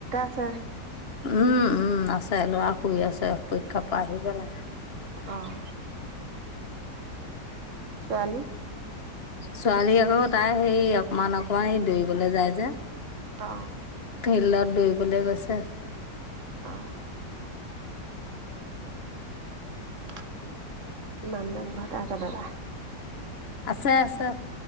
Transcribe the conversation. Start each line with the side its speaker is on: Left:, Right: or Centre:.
Right: চে
Left: উম উম আছে ল'ৰা শুই আছে পীক্ষা পৰা আহি পেলাই।
Right: অঁ, ছোৱালী?
Left: ছোৱালী আকৌ তাই সেই অকমান অকমান এই দৌৰিবলে যায় যে।
Right: অঁ।
Left: ফিল্ডত দৌৰিবলৈ গৈছে।
Right: অ <unintelligible> ঘৰতে আছে দাদা?
Left: আছে আছে।